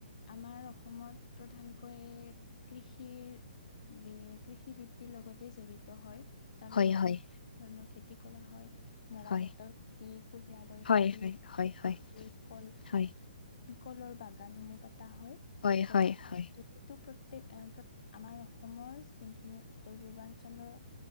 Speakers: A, on the left; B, on the left.
A: আমাৰ অসমত প্ৰধানকৈ এ কৃষিৰ উম বে কৃষি বৃত্তিৰ লগতে জড়িত হয় তাৰ
B: হয়
A: লগতে
B: হয়
A: বিভিন্ন ধৰণৰ খেতি কৰা হয়। মৰাপাটৰ
B: হয়
A: খেতি, কুঁহিয়াৰৰ
B: হয়
A: খেতি,
B: হয় হয় হয়
A: খেতি কল
B: হয়
A: কলৰ বাগানসমূহ পাতা হয়
B: হয়
A: লগতে
B: হয় হয় হয়
A: প্ৰত্যেক প আমাৰ অসমৰ যোনখিনি উত্তৰ পূৰ্বাঞ্চলৰ